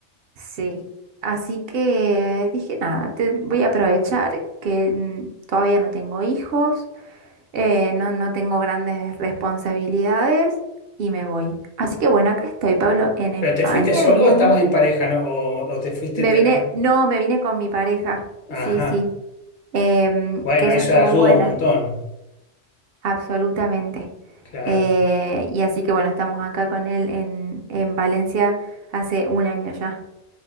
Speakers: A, on the right; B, on the left.
A: Sí, así que dije, nada, te voy a aprovechar que mm, todavía no tengo hijos, eh, no, no tengo grandes responsabilidades y me voy. Así que bueno, acá estoy, Pablo, en España
B: ¿Pero te fuiste solo
A: viviendo.
B: o estabas en pareja, no? ¿O, o te fuiste
A: Me
B: te
A: vine,
B: la-
A: no, me vine con mi pareja,
B: Ajá.
A: sí, sí, em,
B: Bueno,
A: que eso
B: eso
A: estuvo
B: ayuda
A: bueno,
B: un montón.
A: absolutamente.
B: Claro.
A: Eh, y así que bueno, estamos acá con él en, en Valencia hace un año ya.